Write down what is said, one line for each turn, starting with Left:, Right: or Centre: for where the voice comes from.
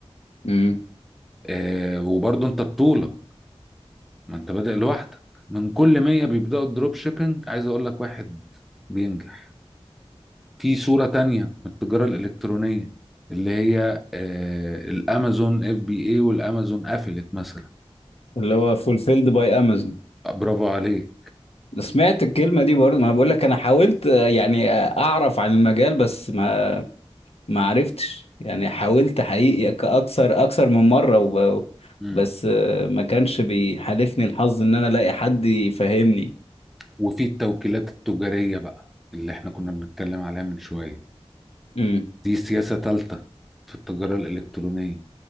Left: امم
Centre: آه وبرضه أنت بطولة ما أنت بادئ لوحدك من كل 100 بيبدأوا الدروب شيبينج عايز أقول لك واحد بينجح في صورة تانية من التجارة الإلكترونية اللي هي آه، الأمازون اف بي اي والأمازون قفلت مثلا
Left: اللي هو فولفيلد باي امازون
Centre: برافو عليك
Left: سمعت الكلمة دي برضه ما بقول لك انا حاولت آه، يعني آه، اعرف عن المجال بس ما ما عرفتش يعني حاولت حقيقي ك- اكثر اكثر من مرة و...
Centre: مم.
Left: بس آه، ما كانش بيحالفني الحظ ان انا الاقي حد يفهمني
Centre: وفي التوكيلات التجارية بقى اللي احنا كنا بنتكلم عليها من شوية
Left: امم
Centre: دي سياسة تالتة في التجارة الإلكترونية